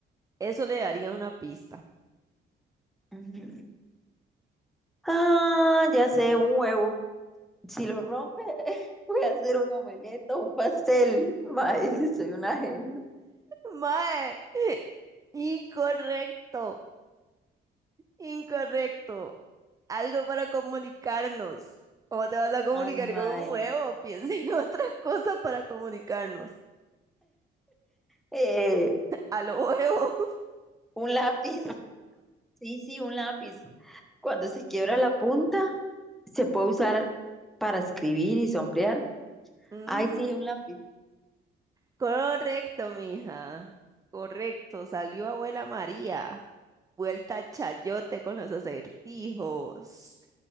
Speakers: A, on the right; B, in the centre.
A: Eso le daría una pista.
B: Mm. Ah, ya sé, un huevo. Si lo rompe, <laughs> voy a hacer un omelette o un pastel. Mae, <laughs> soy una genia.
A: Mae, <laughs> incorrecto, incorrecto. Algo para comunicarnos. ¿Cómo te vas a comunicar
B: Ay, mae.
A: con un huevo? <laughs> Piensa en otra cosa para comunicarnos.
B: Eh,
A: A lo huevo. <laughs>
B: un lápiz. Sí, sí, un lápiz. Cuando se quiebra la punta, se puede usar para escribir y sombrear.
A: Mm,
B: Ay, sí, un lápiz.
A: correcto, mija. Correcto, salió abuela María. vuelta chayote con los acertijos.